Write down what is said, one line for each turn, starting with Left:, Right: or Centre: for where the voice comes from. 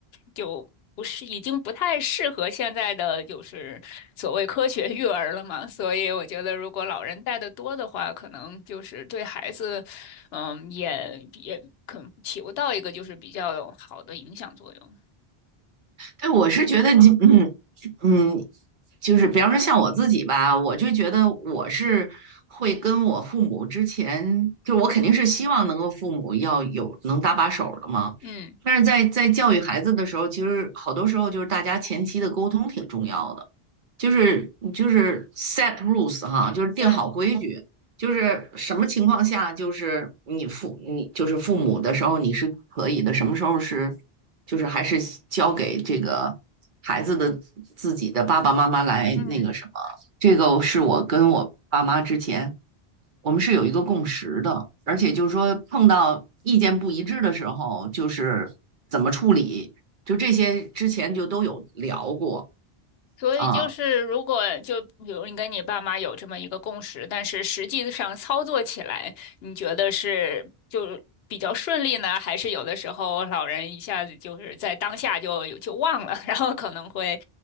Left: 就。不是，已经不太适合现在的就是所谓科学育儿了嘛，所以我觉得如果老人带的多的话，可能就是对孩子嗯，也也可能起不到一个就是比较有好的影响作用。
Right: 对，我是觉得你，嗯嗯，就是比方说像我自己吧，我就觉得我是会跟我父母之前，就我肯定是希望能够父母要有能搭把手儿的嘛。
Left: 嗯，
Right: 但是在在教育孩子的时候，其实好多时候就是大家前期的沟通挺重要的。就是你就是 set rules 哈，就是定好规矩，
Left: 对，
Right: 就是什么情况下就是你父你就是父母的时候你是可以的，什么时候是就是还是交给这个孩子的自己的爸爸妈妈来那个什么，
Left: 嗯，
Right: 这个是我跟我爸妈之前我们是有一个共识的，而且就是说碰到意见不一致的时候，就是怎么处理，就这些之前就都有聊过
Left: 所以就是如果就比如你跟你爸妈有这么一个共识，
Right: 啊。
Left: 但是实际上操作起来，你觉得是就比较顺利呢，还是有的时候老人一下子就是在当下就有就忘了，<laughs> 然后可能会